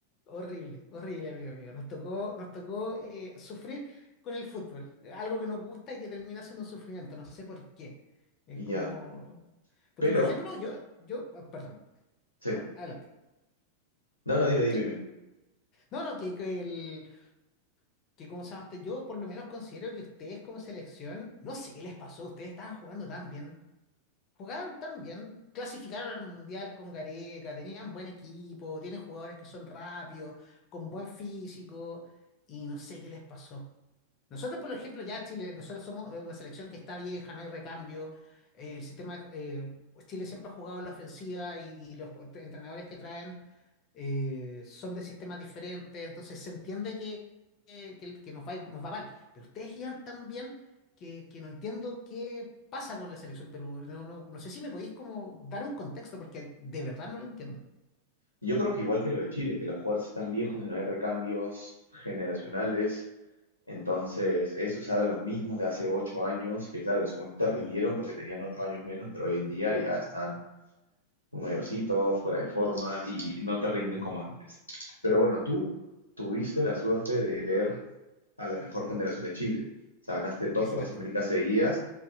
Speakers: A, on the left (about 35°); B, on the left (about 80°).
A: Horrible, horrible, amigo, amigo. Nos tocó, nos tocó eh, sufrir con el fútbol, eh, algo que nos gusta y que termina siendo un sufrimiento, no sé por qué. Es
B: Y
A: como...
B: ya.
A: Porque,
B: Pero,
A: por ejemplo, yo, yo, ah, perdón,
B: sí.
A: adelante.
B: No, no, dime, dime,
A: Sí.
B: dime.
A: No, no, que, que el, que como se llama este, yo por lo menos considero que ustedes como selección, no sé qué les pasó, ustedes estaban jugando tan bien, jugaban tan bien, clasificaron al Mundial con Gareca, tenían buen equipo, tienen jugadores que son rápidos, con buen físico, y no sé qué les pasó. Nosotros, por ejemplo, ya Chile, nosotros somos eh, una selección que está vieja, no hay recambio. eh, el sistema, eh, pues Chile siempre ha jugado a la ofensiva y, y los entrenadores que traen eh, son de sistemas diferentes, entonces se entiende que, que, que- que nos va a ir- nos va mal. Pero ustedes iban tan bien que, que no entiendo qué pasa con la selección Perú. No, no, no sé si me podéis como dar un contexto, porque de verdad no lo entiendo.
B: Yo creo que igual que lo de Chile, que los jugadores están viejos y no hay recambios generacionales. Entonces, es usar a los mismos de hace ocho años, que claro, en su momento te rindieron
A: Mm,
B: porque tenían ocho años menos, pero hoy en día ya están muy mayorcitos, fuera de forma y no te rinden
A: mm.
B: como antes. Pero bueno, tú tuviste la suerte de ver a la mejor generación de Chile. O sea, ganaste dos
A: Por
B: Copas
A: supuesto,
B: Américas seguidas